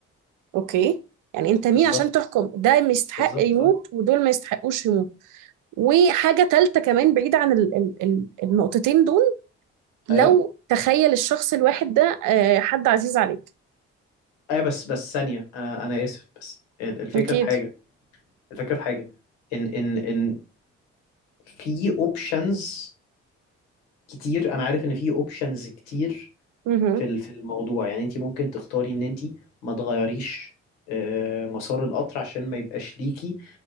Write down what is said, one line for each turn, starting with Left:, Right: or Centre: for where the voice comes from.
Right: أوكي يعني أنت مين
Left: بالظبط
Right: عشان تحكم ده ما يستحق
Left: بالظبط
Right: يموت
Left: اه
Right: ودول ما يستحقوش يموت وحاجة تالتة كمان بعيدة عن ال- ال- ال- النقطتين دول لو
Left: ايوه
Right: تخيل الشخص الواحد ده آه، حد عزيز عليك
Left: ايوه بس بس ثانيه انا انا اسف بس ال- الفكره
Right: أكيد
Left: في حاجه الفكره في حاجه ان ان ان في اوبشنز كتير انا عارف ان في اوبشنز كتير
Right: مهم.
Left: في ال- في الموضوع يعني انت ممكن تختاري ان انت ما تغيريش آه، مسار القطر عشان ما يبقاش ليكي